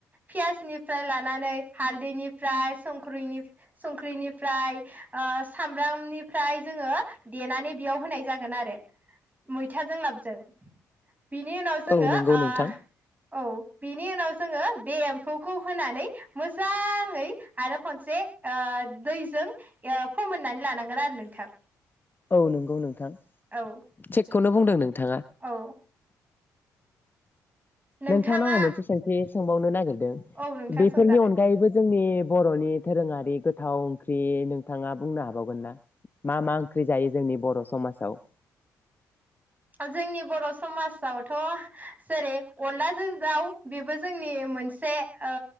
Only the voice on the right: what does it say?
पियासनिफ्राय लानानै हालदैनिफ्राय संख्रिनि संख्रिनिफ्राय ओ सामब्रामनिफ्राय जोंङो देनानै बेयाव होनाय जागोन आरो मैथाजों लाबजों बिनि उनाव जोंङो
ओ
औ बेनि उनाव जोंङो बे एम्फौखौ होनानै मोजांङै आरो खनसे ओ दैजों फोमोननानै लानांगोन आरो नोंथां।
औ
औ नोंथाङा
औ नोंथां
सोंजागोन
जोंनि बर'समाजावथ जेरै अनलाजों दाव बेबो जोंनि मोनसे ओ